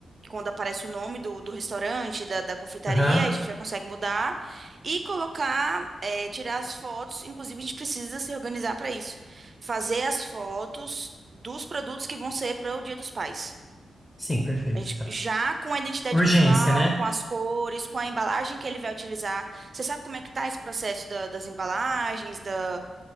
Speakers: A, on the right; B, on the left.
A: quando aparece o nome do, do restaurante, da, da confeitaria,
B: Aham.
A: a gente já consegue mudar e colocar, é, tirar as fotos. Inclusive, a gente precisa se organizar para isso. Fazer as fotos dos produtos que vão ser para o Dia dos Pais.
B: Sim, perfeito,
A: A gente
B: tá.
A: já com a identidade
B: Urgência,
A: visual,
B: né?
A: com as cores, com a embalagem que ele vai utilizar. Você sabe como é que tá esse processo da- das embalagens, da,